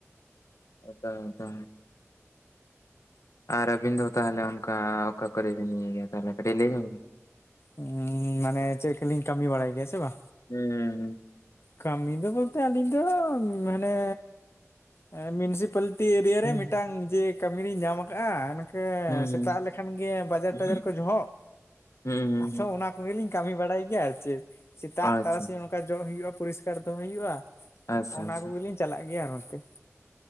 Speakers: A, on the left; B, on the left.
A: ᱮᱠᱟᱞ ᱮᱠᱟᱞ ᱟᱨ ᱨᱵᱤᱱ ᱫᱚ ᱛᱟᱦᱚᱞᱮ ᱚᱱᱠᱟ ᱚᱠᱟ ᱠᱚᱨᱮᱵᱤᱱ ᱤᱭ ᱜᱮᱭᱟ ᱛᱟᱦᱚᱞᱮ ᱠᱟᱹᱴᱤᱡ ᱞᱟᱹᱭ ᱧᱚᱜ ᱵᱤᱱ?
B: ᱩᱸ ᱢᱟᱱᱮ ᱪᱮᱫ ᱠᱚᱞᱤᱧ ᱠᱟᱹᱢᱤ ᱵᱟᱲᱟᱭ ᱜᱮᱭᱟ ᱥᱮ ᱵᱟ?
A: ᱦᱩᱸ
B: ᱠᱟᱹᱢᱤ ᱫᱚ ᱵᱚᱞᱛᱮ ᱟᱹᱞᱤᱧ ᱫᱚ ᱢᱟᱱᱮ ᱮ ᱢᱤᱱᱥᱤᱯᱟᱞᱴᱤ ᱮᱨᱤᱭᱟ
A: ᱦᱩᱸ
B: ᱨᱮ ᱢᱤᱫᱴᱟᱝ ᱡᱮ ᱠᱟᱹᱢᱤᱨᱤᱧ ᱧᱟᱢ ᱟᱠᱟᱜᱼᱟ ᱢᱟᱠᱟ
A: ᱦᱩᱸ
B: ᱥᱮᱛᱟᱜ
A: ᱦᱩᱸ
B: ᱞᱮᱠᱷᱟᱱ ᱜᱮ ᱵᱟᱡᱮᱨ
A: ᱦᱩᱸ
B: ᱴᱟᱡᱟᱨ ᱠᱚ ᱡᱚᱦᱚᱜ
A: ᱦᱩᱸ ᱦᱩᱸ
B: ᱟᱫᱚ ᱚᱱᱟ ᱠᱚᱜᱮᱞᱤᱧ ᱠᱟᱹᱢᱤ ᱵᱟᱲᱟᱭ ᱜᱮᱭᱟ ᱟᱨ ᱪᱮᱫ ᱥᱮᱛᱟᱜ
A: ᱟᱪᱪᱷᱟ
B: ᱛᱟᱨᱟᱥᱤᱧ ᱚᱠᱟ ᱡᱚᱜ ᱦᱩᱭᱩᱜᱼᱟ ᱯᱚᱨᱤᱥᱠᱟᱨ ᱫᱚ ᱦᱩᱭᱩᱜᱼᱟ
A: ᱟᱪᱪᱷᱟ
B: ᱚᱱᱟ
A: ᱟᱪᱪᱷᱟ
B: ᱠᱚᱜᱮᱞᱤᱧ ᱪᱟᱞᱟᱜ ᱜᱮᱭᱟ ᱜᱚᱝᱠᱮ